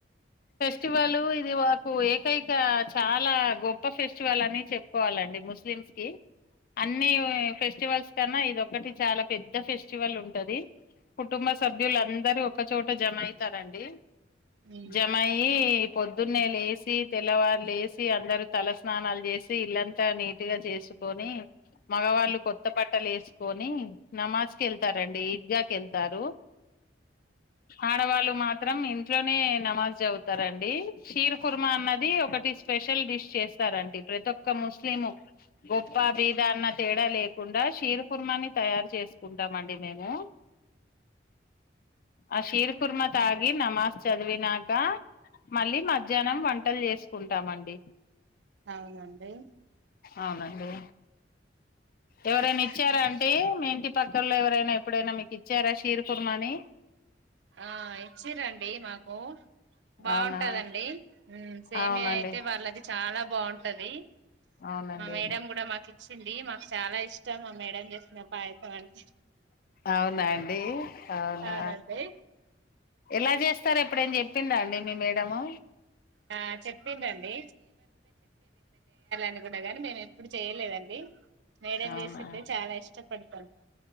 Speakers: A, on the left; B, on the right.
A: ఫెస్టివల్ ఇది మాకు, ఏకైక చాలా గొప్ప ఫెస్టివల్ అని చెప్పుకోవాలండి ముస్లిమ్స్ కి. అన్ని ఫెష్. ఫెస్టివల్స్ కన్నా ఇది ఒకటి చాలా పెద్ద ఫెస్టివల్ ఉంటది కుటుంబ సభ్యులు అందరూ ఒకక్క చోట జమ అయితారంండి
B: అవునండి
A: జమయి పొద్దున్నే లేసి తెల్లవారు లే వసి అందరుూ తల స్నానాలు చేసి ఇల్లంతా నీటుగా చేసుకొని మగవాళ్ళు కొత్త పట్టలు వేసి కొని నమాజ్ క వెళ్తారంండి ఈద్గాకి వెళ్తారు ఆడవాళ్ళు మాత్రం ఇ ఇట్లోనే నమాజ్ అవుతారంండి చషీర కుర్మ అన్నది ఒకటి స్పెషల్ డిష్ చేస్తారంటడి ప్రతి ఒక్క ముస్లిం గొప్ప బీద అన్న తేడలే తకుండా కషీర కుర్మాని తయారు చేసుకుంటామ అండి మేము ఆ శిర్ కుర్మత ఆగి నా మా చదివి నా కా మళ్ళీ మధ్యాహ్నం వంటలు చేసుకుంటామండి
B: అవునండి
A: అవునండి ఎవరైనా ఇచ్చారా అంటే మీ ఇంటి పక్కల్లో ఎవరైనా ఎప్పుడైనా మీకు ఇచ్చారా షీర కుర్మ అని
B: ఆ ఇచిరండి మాకు బాగుంటదండి
A: అవునా
B: సేమియా
A: అవునండి
B: అయితే వాళ్ళది చాలా బాగుంటది
A: అవునండి
B: మా మేడం కూడా మాకు ఇచ్చింది మాకు చాలా ఇష్టం మాకు మేడం చేసిన పాయసం అంటే
A: అవునా అండి అవునా
B: అవునండి
A: ఎలా చేస్తారు ఎప్పుడు అన్నా చెప్పిందా అండి మీ మేడము
B: ఆ చెప్పిండండి అ కూడా గాని మేము ఎప్పుడు చేయలేదండి మేడం
A: అవునా
B: చేసింటే చాలా ఇష్టపడతాం